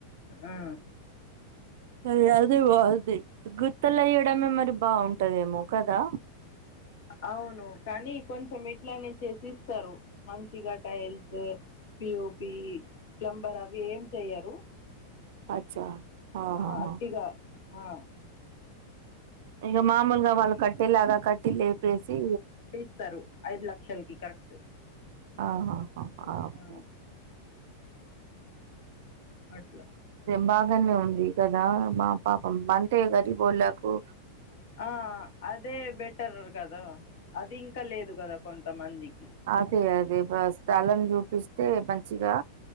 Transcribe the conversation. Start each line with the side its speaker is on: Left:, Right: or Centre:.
Left: ఆ..
Right: ఇది అయితే బాగుంది గుర్తులు అయ్యడమే మరి బాగుంటదేమో కదా...
Left: అవును కానీ కొంచెం ఇట్లానే చేసి ఇస్తారు మంచిగా టైల్స్... పియోపి ప్లంబర్ అవి ఏం చెయ్యరు..
Right: అచ్చా.. ఆహాహా
Left: ఆ అటిగా ఆ
Right: ఇక మామూలుగా వాళ్ళు కట్టేలాగా కట్టి లేపేసి...
Left: స్తారు ఐదు లక్షల కి కరెక్ట్..
Right: ఆహా ఓక..
Left: ఆ అట్ల..
Right: బాగానే ఉంది కదా మా పాపం అంటే గరిబోళకు...
Left: ఆ అదే బెటర్ కదా అది ఇంకా లేదు కదా కొంతమందికి...
Right: అదే అదే స్థలం చూపిస్తే మంచిగా...